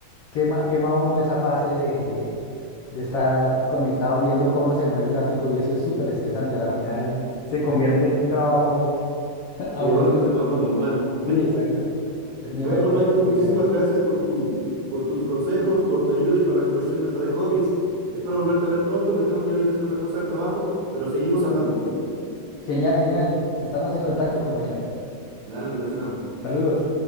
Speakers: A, on the left; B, on the right.
A: quema, quema uno esa fase de, de- de estar conectado viendo cómo se mueve el gráfico y eso es súper estresante. A la final se
B: <laughs>
A: convierte en un trabajo <laughs> aburrido.
B: Peor que un trabajo normal.
A: Sí, exacto. Es mejor
B: Bueno, Michael, muchísimas
A: migrar.
B: gracias por tu, por tus consejos, por tu ayuda y para la conversión esta de hobbies. Espero volverte a ver pronto. Me tengo que ir ahorita a hacer una cosa del trabajo, pero seguimos hablando.
A: Genial, genial. Estamos en contacto, compañero.
B: Dale, amigo, chao. chao.
A: Saludos.